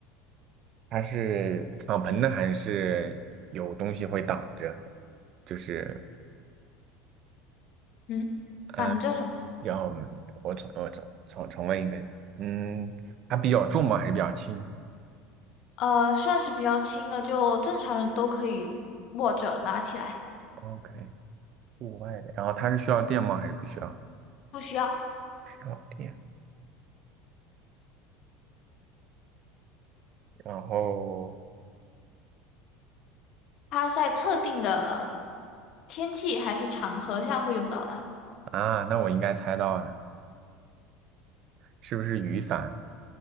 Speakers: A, on the right (about 40°); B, on the left (about 45°).
A: 它是敞篷的还是有东西会挡着？就是
B: 嗯，
A: 嗯，
B: 挡着什么？
A: 要我重我重重重问一遍，嗯，它比较重吗？还是比较轻
B: 呃，算是比较轻的，就正常人都可以握着拿起来，
A: ？OK，户外的，然后它是需要电吗？还是不需要？
B: 不需要。
A: 不需要电。然后
B: 它在特定的天气还是场合下会用到的。
A: 啊，那我应该猜到了，是不是雨伞？